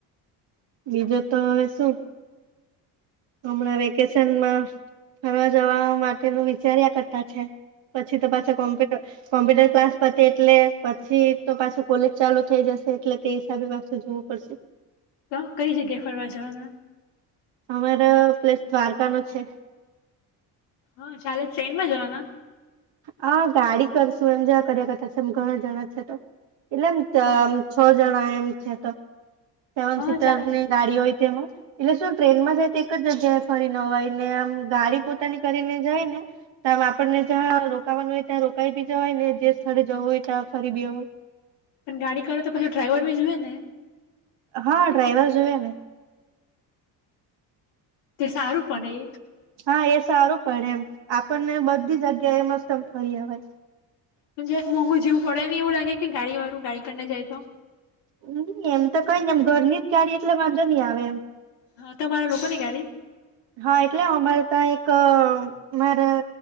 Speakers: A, on the right; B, on the left.
A: બીજો તો હવે શું હમણાં વેકેશનમાં ફરવા જવા માટેનું વિચાર્યા કરતા છે પછી તો પાછા કોમ્પ્યુટર કોમ્પ્યુટર ક્લાસ પતે એટલે પછી તો પાછું કોલેજ ચાલુ થઈ જશે એટલે કે હિસાબે પાછું જોવું પડશે
B: તો કઈ જગ્યાએ ફરવા જવાના.
A: તમારા પ્લેસ દ્વારકા નો છે.
B: હા ચાલે ટ્રેનમાં જવાના.
A: હ ગાડી કરશું એમ જેવા કર્યા કરતા છે એમ ઘણા જણા છે તો. એટલે એમ
B: હા
A: છ જણાએ છે તો. સેવન
B: હા
A: સીટર
B: ચાલે
A: ની ગાડી હોય તેમાં. એટલે શું ટ્રેનમાં જાય તો એક જ જગ્યાએ ફરી ને અવાય ને આમ ગાડી પોતાની કરીને જાય ને તો આમ આપણને. જ્યાં રોકાવાનું હોય ત્યાં રોકાઈ બી જવાય ને જે સ્થળે જવું હોય ત્યાં ફરી બી જવાય.
B: પણ ગાડી કાઢો તો પછી ડ્રાઈવર બી જોય ને
A: હા ડ્રાઈવર જોઈ ને
B: તે સારું પણ એ
A: હા એ સારું પડે એમ આપણને બધી જગ્યા એ મસ્ત ફરી અવ્યા
B: પણ જરાક મોઘુ જવું પડે ની એવું લાગે ગાડી વાળું ગાડી કરને જાય તો
A: હમ એમ તો કઈ ને એમ ઘરની જ ગાડી એટલે વાંધો નહી આવે એમ
B: હા તમારા લોકોની ગાડી
A: હા એટલે અમારે ત્યાં એક મારા